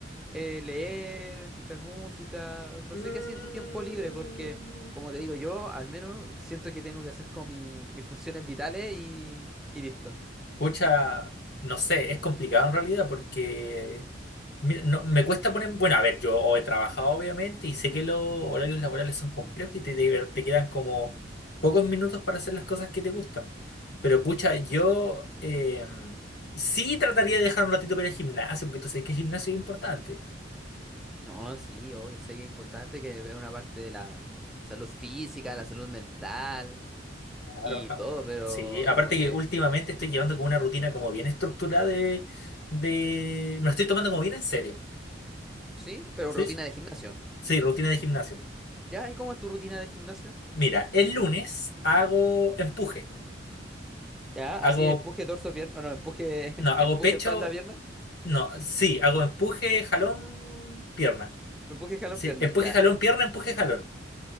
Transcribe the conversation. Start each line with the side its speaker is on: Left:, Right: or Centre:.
Centre: eh, leer, escuchar música, no
Left: Mm,
Centre: sé qué hacía en tu tiempo libre, porque como te digo, yo al menos siento que tengo que hacer como mi- mis funciones vitales y, y listo.
Left: pucha, no sé, es complicado en realidad porque mira, no, me cuesta poner, bueno, a ver, yo o he trabajado obviamente y sé que los horarios laborales son complejos y te, te te quedan como pocos minutos para hacer las cosas que te gustan. Pero pucha, yo eh, sí trataría de dejar un ratito para ir al gimnasio porque tú sabes que el gimnasio es importante.
Centre: No, sí, obvio, sé que es importante, que es una parte de la salud física, la salud mental
Left: Claro,
Centre: y
Left: a-
Centre: todo, pero
Left: sí, aparte
Centre: como
Left: que
Centre: que,
Left: últimamente estoy llevando como una rutina como bien estructurada de, de... Me lo estoy tomando como bien en serio.
Centre: sí, pero
Left: ¿Sí?
Centre: rutina
Left: Sí,
Centre: de gimnasio.
Left: sí, rutina de gimnasio.
Centre: ¿Ya? ¿Y cómo es tu rutina de gimnasio?
Left: Mira, el lunes hago empuje.
Centre: Ya, así
Left: Hago,
Centre: empuje torso, pierna, no, empuje,
Left: no, hago
Centre: <laughs> empuje
Left: pecho,
Centre: espalda, pierna,
Left: no, sí, hago empuje, jalón, pierna.
Centre: empuje jalón,
Left: Sí,
Centre: pierna,
Left: empuje,
Centre: ya,
Left: jalón, pierna, empuje, jalón,